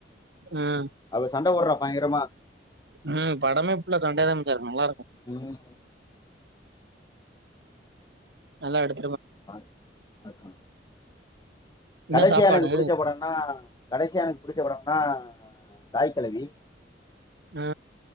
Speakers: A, on the right; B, on the left.
A: ம்.
B: அவ சண்ட போடுறா பயங்கரமா
A: ம் படமே ஃபுல்லா சண்டையாதா மச்சா இருக்கு நல்லா இரு
B: ம் ம்
A: நல்லா எடு
B: ஆ <unintelligible>
A: என்ன
B: கடைசியா
A: சாப்பாடு?
B: எனக்கு புடிச்ச படன்னா கடைசி எனக்கு புடிச்ச படன்னா தாய்கெழவி
A: ஆ